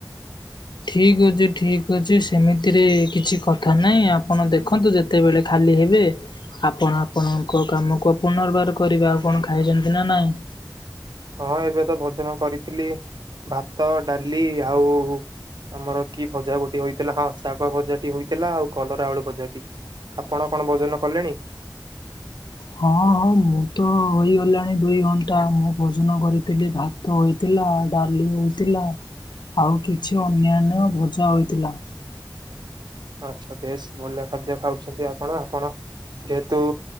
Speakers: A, on the left; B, on the right.
A: ଠିକ୍ ଅଛି ଠିକ୍ ଅଛି ସେମିତିରେ କିଛି କଥା ନାହିଁ ଆପଣ ଦେଖନ୍ତୁ ଯେ ତେବେଳେ ଖାଲି ହେବେ ଆପଣ ଆପଣଙ୍କ କାମକୁ ପୁନର୍ବାର କରିବେ। ଆଉ କଣ ଖାଇଛନ୍ତି ନା ନାଇଁ?
B: ହଁ ଏବେ ତ ଭୋଜନ କରିଥିଲି ଭାତ ଡାଲି ଆଉ ଆମର କି ଭଜା ଗୋଟିଏ ହୋଇଥିଲା, ହଁ ଶାଗ ଭଜାଟି ହେଇଥିଲା ଆଉ କଲରା ଆଳୁ ଭଜାଟି। ଆପଣ କଣ ଭୋଜନ କଲେଣି?
A: ହଁ ହଁ ମୁଁ ତ ହୋଇଗଲାଣି ଦୁଇ ଘଣ୍ଟା। ମୁଁ ଭୋଜନ କରିଥିଲି ଭା ତ ହୋଇଥିଲା ଡାଲି ହୋଇଥିଲା ଆଉ କିଛି ଅନ୍ୟାନ୍ୟ ଭଜା ହୋଇଥିଲା।
B: ଆଚ୍ଛା ବେସ୍ ଭଲ ଖାଦ୍ୟ ଖାଉଛନ୍ତି ଆପଣ। ଆପଣ ଯେହେତୁ